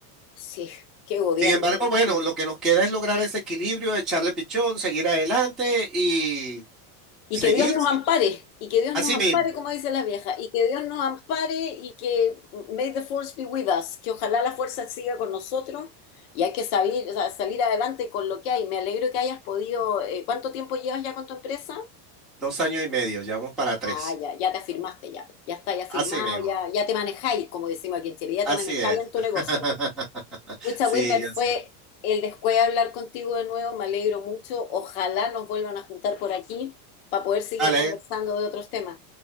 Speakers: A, on the left (about 40°); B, in the centre.
A: sí, qué gobierno,
B: Sin embargo,
A: Dios
B: bueno, lo
A: mío.
B: que nos queda es lograr ese equilibrio, echarle pichón, seguir adelante y
A: Y
B: seguir
A: que Dios nos ampare, y que Dios
B: así
A: nos ampare,
B: mismo.
A: como dicen las viejas, y que Dios nos ampare y que may the force be with us, que ojalá la fuerza siga con nosotros y hay que salir, o sea, salir adelante con lo que hay. Me alegro que hayas podido, eh, ¿cuánto tiempo llevas ya con tu empresa?
B: Dos años y medio, ya vamos para tres.
A: Ah, ya, ya te afirmaste, ya, ya está, ya firmado,
B: Así mismo.
A: ya, ya te manejáis, como decimos aquí en Chile, ya
B: Así
A: te manejáis
B: es.
A: en tu
B: <laughs>
A: negocio. Mucha
B: Sí,
A: Wilmer, fue
B: así es.
A: el después hablar contigo de nuevo, me alegro mucho. Ojalá nos vuelvan a juntar por aquí para poder seguir
B: Vale,
A: conversando de otros temas.